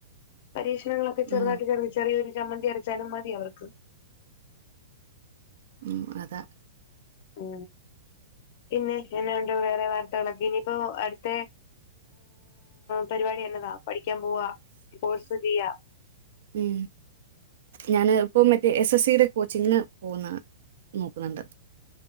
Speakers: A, on the left; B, on the right.
A: പരീഷണങ്ങളൊക്കെ ചെറുതായിട്ട്
B: ആ.
A: ചെറിയോരു ചമ്മന്തി അരച്ചാലും മതി അവർക്ക്
B: ഉ അത
A: ഉ പിന്നെ എന്നെ ഉണ്ടോ വേറെ വാർത്തകളൊക്കെ ഇനിയിപ്പോ അടുത്ത പരിപാടി എന്നന്നതാ പ <unintelligible> പോവാ കോഴ്സ് ചെയ്യ
B: ഉം ഞാന് ഇപ്പൊ മറ്റേ എസ് എസ് സിയുടെ കോച്ചിംഗിന് പോകുന്ന നോക്കുന്നുണ്ട്